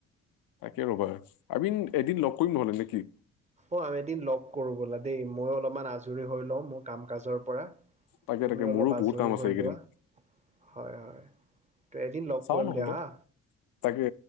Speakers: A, on the left (about 65°); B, on the right (about 20°).
A: তাকে ৰ'বা, আমিন এদিন লগ কৰিম নহ'লে নেকি?
B: অ' আমি এদিন লগ কৰোঁ ব'লা দেই, মই অলপমান আজৰি হৈ লওঁ মোৰ কাম কাজৰ পৰা।
A: তাকে
B: তুমি
A: তাকে
B: অলপ
A: মোৰো
B: আজৰি
A: বহুত কাম আছে
B: হৈ
A: এইকেইদিন
B: লোৱা, হয় হয়। ত' এদিন লগ
A: চাও
B: কৰিম
A: নহ'লে
B: দিয়া হা
A: তাকে